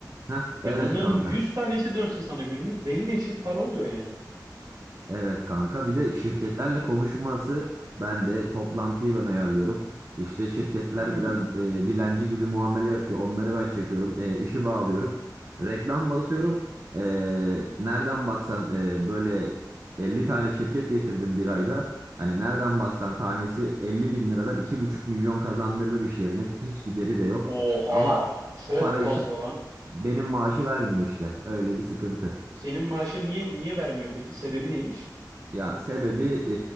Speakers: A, on the right; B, on the right.
A: Heh,
B: E
A: evet
B: bunların
A: kanka.
B: 100 tanesi dönse sana günlük deli dehşet para oluyor yani.
A: Evet kanka bir de şirketlerle konuşması ben de toplantıyı ben ayarlıyorum. İşte şirketler
B: Hmm.
A: biraz e, dilenci gibi muamele yapıyor. Onları ben çekiyorum. E, işi bağlıyorum. Reklam basıyorum. E, nereden baksan e, böyle 50 tane şirket getirdim bir ayda. Hani nereden baksan tanesi 50 bin liradan iki buçuk milyon kazandırdı bir yerine. Hiç gideri de yok.
B: Oha,
A: Ama
B: çok
A: parayı
B: fazla
A: ç-
B: lan.
A: benim maaşı vermiyor işte. Öyle bir sıkıntı.
B: Senin maaşın niye niye vermiyor peki? Sebebi neymiş?
A: Ya sebebi e,